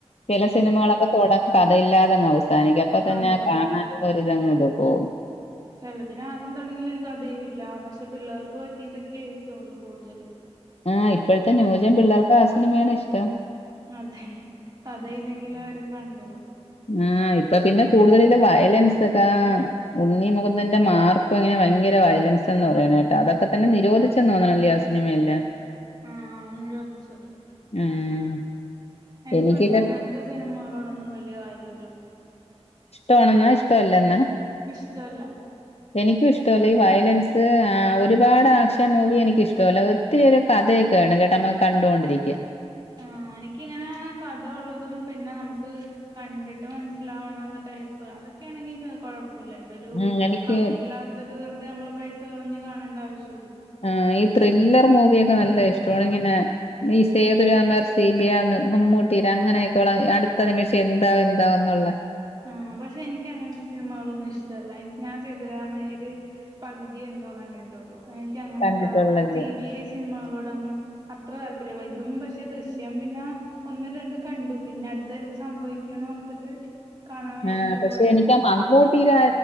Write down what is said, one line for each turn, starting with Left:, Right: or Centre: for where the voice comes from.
Left: ചെല സിനിമകളൊക്കെ
Right: ആഹ്
Left: തൊടങ്ങി കഥയില്ലാതെങ്ങ് അവസാനിക്കും അപ്പൊ തന്നൊ
Right: അതെ
Left: കാണാനോള്ള ഒരിതങ് ത് പോ
Right: ചെലതിന ആദ്യം തുടങ്ങിയ ഒരു കഥയൂ ല്ല പക്ഷെ പിള്ളേർക്ക് പറ്റിയതൊക്കെ ആയിരിക്കെള്ളൂ കൂടുതലും
Left: ആഹ ഇപ്പോഴത്തെ ന്യൂജം പിള്ളേർക്ക് ആ സിനിമയാണ് ഇഷ്ടം
Right: അതെ കഥയില്ലെങ്കിലും അവര് കണ്ടോളും
Left: ആഹ ഇപ്പൊ പിന്നെ കൂടുതല് വയലൻസ് ഒക്കെ ഉണ്ണിമഖുന്ദന്റെ മാർക്കും അങ്ങനെ ഭയങ്ക ഭര വയലൻസ് എന്ന് പറയണ കേട്ട് അതൊക്കെ തന്നെ നിരോധിച്ച തോന്നണല്ലേയ് ആ സിനിമയെല്ലാം
Right: ആഹ നിരോധിച്ചു
Left: ഉം
Right: എനിക്ക്
Left: എനിക്കില്ല
Right: പക്ഷെ അങ്ങനത്തെ സിനിമകളോടൊന്നും വലിയ കാര്യവല്ല
Left: ഇഷ്ട ആണെന്നാ ഇഷ്ട അല്ല എന്നാ
Right: ഇഷ്ടല്ല
Left: എനിക്കിഷ്ടല്ല ഈ വയലൻസ് അ ഒരു പാട് ആശ മൂവി എനിക്കിഷ്ടാ ല്ല ഒത്തിരി ഒരു കഥ ണ <unintelligible> കേട്ട നമ്മക്ക് കണ്ടുകൊണ്ടിരിക്ക
Right: ആഹ എനിക്കിങ്ങിനെ കഥ ഒള്ളതും പിന്നെ നമുക്ക് കണ്ടിട്ട് മനസ്സിലാവണം ടൈപ്പ് അതൊക്കെയാണെങ്കിൽഴപ്പ കുപ്പല്ല ഇതൊരു
Left: ഉം എനിക്ക്
Right: കഥയില്ലാത്തത് വെറുതെ നമ്മള് പൈസ കളഞ്ഞു കാണേണ്ട ആവശ്യം
Left: ആ ഈ ത്രില്ലർ മൂവിയൊക്കെ നല്ല ഇഷ് ങ്ങനെ <unintelligible> ഈ സേതുരാമർസി ബി യന്ന് മമ്മൂട്ടിടെ അങ്ങനെയൊക്കെ അടുത്ത നിമിഷെ എന്താ ന്താവ് എന്താന്നൊ ള്ള
Right: ആഹ പക്ഷെ എനിക്ക് അങ്ങനത്തെ സിനിമകളൊന്നും ഇഷ്ടല്ല ഞാൻ സേതുരാമയ്യ് ര് പകുതിയ എന്തോ കണ്ടിട്ടുള്ളൂ ക്ക് ങ്ങനത്തെ
Left: കണ്ടിട്ടുള്ളല്ലേ
Right: സി ബി ഐ സിനിമകളോടന്ന് അത്ര ത ഇതും പക്ഷെ ദൃശ്യം പിന്നെ ഒന്ന് രണ്ടും കണ്ടു പിന്നെ അടുത്ത എന്ത് സംഭവിക്കുംന്ന് ഓർത്തിട്ട്? കാണാൻ വേണ്ടിട്ട്
Left: ആ പക്ഷെ
Right: പോയതാണ്
Left: എനിക്ക് മമ്മൂട്ടിടെ